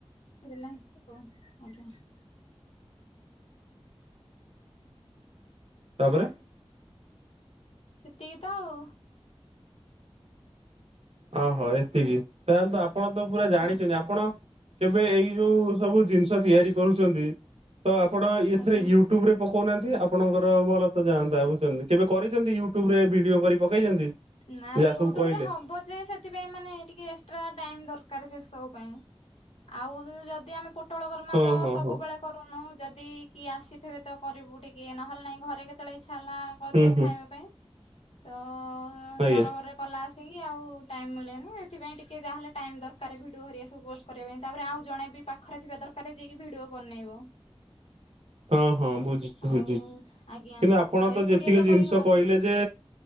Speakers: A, on the left; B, on the right.
A: <unintelligible> ଆଜ୍ଞା।
B: ତାପରେ
A: ସେତିକି ତ ଆଉ।
B: ଓହୋ ଏତିକି ତାହେଲେ ତ ଆପଣ ତ ପୁରା
A: ଆଜ୍ଞା
B: ଜାଣିଛନ୍ତି ଆପଣ କେବେ ଏଇ ଯୋଉ ସବୁ ଜିନିଷ ତିଆରି କରୁଛନ୍ତି ତ ଆପଣ ଏଥିରେ
A: ଆଜ୍ଞା
B: ୟୁ ୟୁଟ୍ୟୁବ ରେ ପକଉନାହାନ୍ତି ଆପଣଙ୍କର ଭଲ ତ ଯାଆନ୍ତା ବୁଝୁଛନ୍ତି। କେବେ କରିଛନ୍ତି ୟୁଟ୍ୟୁବ ରେ ଭିଡିଓ କରି ପକେଇଛନ୍ତି?
A: ନାଇଁ
B: ଯାହା ସବୁ
A: ୟୁଟ୍ୟୁବ
B: କହିଲେ
A: ରେ ହବ ଯେ ସେଥିପାଇଁ ମାନେ ଟିକେ ଏକ୍ସଟ୍ରା ଟାଇମ୍ ଦରକାର ସେ ସବୁ ପାଇଁ। ଆଉ ଯଦି ଆମେ ପୋଟଳ ଗରମା
B: ହଁ
A: ତ
B: ହଁ
A: ସବୁବେଳେ
B: ହଁ
A: କରୁନୁ, ଯଦି କିଏ ଆସିଥିବେ ତ କରିବୁ ଟିକେ ନହେଲେ ନାଇଁ ଘରେ କେତେବେଳେ ଇଚ୍ଛା ହେଲା କରିଦବୁ
B: ହୁଁ ହୁଁ
A: ଖାଇବା ପାଇଁ। ତ
B: ଆଜ୍ଞା
A: ତରବରରେ କଲା ସେ ଆଉ ଟାଇମ୍ ମିଳେନି। ଏଥିପାଇଁ ଟିକେ ଯାହେଲେ ଟାଇମ୍ ଦରକାର ଭିଡ଼ିଓ ହରିହା ସବୁ ପୋଷ୍ଟ କରିବା ପାଇଁ। ତାପରେ ଆଉ ଜଣେ ବି ପାଖରେ ଥିବା ଦରକାର ଯିଏକି ଭିଡିଓ ବନେଇବ।
B: ହଁ ହଁ ବୁଝୁଛି
A: ଆଉ
B: ବୁଝୁଛି।
A: ଆଜ୍ଞା
B: କିନ୍ତୁ ଆପଣ
A: ଆଉ
B: ତ
A: ଏକୁଟିଆ
B: ଯେତିକି ଜିନିଷ
A: କରିହବନି
B: କହିଲେ ଯେ